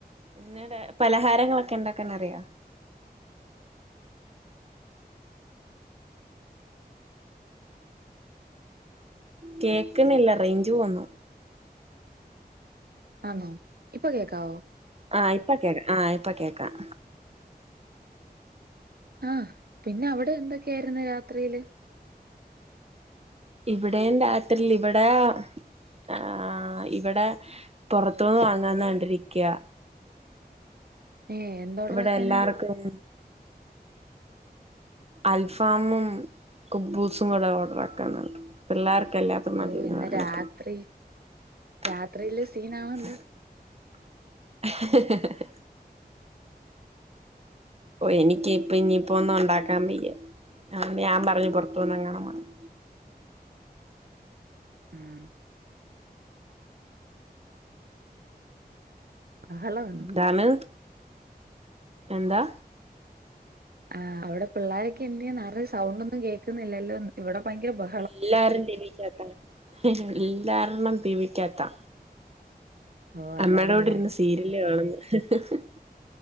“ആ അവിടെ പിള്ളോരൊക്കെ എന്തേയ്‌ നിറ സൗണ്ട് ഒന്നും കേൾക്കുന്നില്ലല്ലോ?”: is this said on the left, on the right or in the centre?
Right